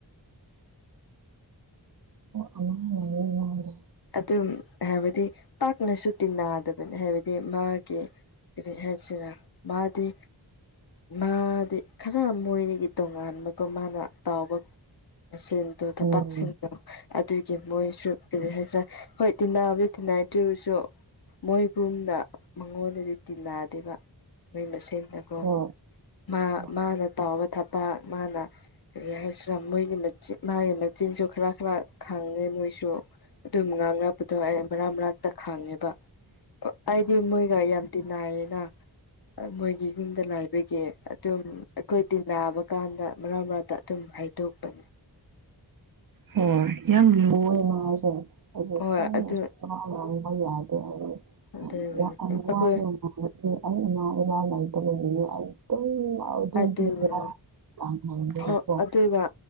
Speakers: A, on the right (about 50°); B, on the left (about 55°).
A: ꯑꯃꯅꯤ ꯂꯩꯌꯦ ꯋꯥꯡꯒꯦ
B: ꯑꯗꯨꯝ ꯍꯥꯏꯕꯗꯤ ꯄꯥꯛꯅꯁꯨ ꯇꯤꯟꯅꯗꯕꯅꯤ ꯍꯥꯏꯕꯗꯤ ꯃꯥꯒꯤ ꯀꯔꯤ ꯍꯥꯏꯁꯤꯔ ꯃꯥꯗꯤ ꯃꯥꯗꯤ ꯈꯔ ꯃꯣꯏꯗꯒꯤ ꯇꯣꯉꯥꯟꯕꯀꯣ ꯃꯥꯅ ꯇꯥꯎꯕ ꯃꯁꯦꯟꯗꯣ ꯊꯕꯄꯥꯛꯁꯤꯡꯗꯣ
A: ꯍꯣꯏ
B: ꯑꯗꯨꯒꯤ ꯃꯣꯏꯁꯨ ꯀꯔꯤ ꯍꯥꯏ ꯍꯣꯏ ꯇꯅꯕꯤ ꯇꯅꯩꯇꯁꯨ ꯃꯣꯏꯒꯨꯝꯅ ꯃꯉꯣꯟꯗꯗꯤ ꯇꯤꯟꯅꯗꯦꯕ ꯃꯣꯏ ꯃꯁꯦꯟ ꯗꯀꯣꯣ
A: ꯍꯣꯏ
B: ꯃꯥ
A: ꯍꯣꯏ
B: ꯃꯥꯅ ꯇꯥꯎꯕ ꯊꯕꯥꯛ ꯃꯥꯅ ꯀꯔꯤ ꯍꯥꯏꯁꯤꯔꯥ ꯃꯣꯏꯒꯤ ꯃꯥꯒꯤ ꯃꯆꯤꯟꯁꯨ ꯈꯔ ꯈꯔ ꯈꯪꯉꯦꯕ ꯃꯣꯏꯁꯨ ꯑꯗꯨꯝ ꯉꯥꯡꯅ ꯄꯨꯊꯣꯛꯑꯦ ꯃꯔꯛ ꯃꯔꯅꯥꯛꯇ ꯈꯥꯡꯉꯦꯕ ꯕ ꯑꯩꯗꯤ ꯃꯣꯏꯒ ꯌꯥꯝ ꯇꯤꯅꯥꯏꯌꯦꯅ ꯃꯣꯏꯒꯤ ꯌꯨꯝꯗ ꯂꯥꯏꯕꯒꯤ ꯑꯗꯨꯝ ꯑꯩꯈꯣꯏꯗꯤ ꯅꯥꯕ ꯀꯥꯟꯗ ꯃꯔꯛ ꯃꯔꯛꯇ ꯑꯗꯨꯝ ꯍꯩꯏꯗꯣꯛꯄꯅꯤ
A: ꯍꯣꯏ ꯌꯥꯝ ꯂꯨ ꯃꯥꯁꯦ ꯍꯥꯏꯗꯤ
B: ꯍꯣꯏ
A: ꯀꯟꯅꯁꯨ
B: ꯑꯗꯨ
A: ꯋꯥ ꯃ ꯌꯥꯗꯦ ꯑ
B: ꯑꯗꯨꯒꯤꯅꯤ
A: ꯋꯥ ꯑꯩ
B: ꯑꯩꯈꯣꯏ
A: ꯏꯃꯥ ꯏꯄꯥꯈ ꯂꯩꯇꯕꯒꯤꯅꯦ ꯑꯗꯨꯝ ꯑꯗꯨꯗꯤ
B: ꯑꯗꯨꯒꯤꯅꯤ
A: ꯊꯥꯅ
B: ꯍꯣꯏ ꯑꯗꯨꯒ